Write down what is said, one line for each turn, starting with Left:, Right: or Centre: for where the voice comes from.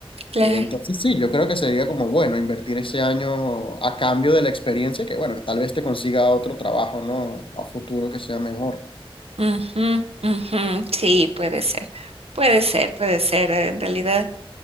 Right: claro.
Left: Eh, entonces, sí, yo creo que sería como bueno invertir ese año a cambio de la experiencia, que bueno, que tal vez te consiga otro trabajo, ¿no? A futuro que sea mejor.
Right: Ujú, ujú, Sí, puede ser. Puede ser, puede ser. En realidad.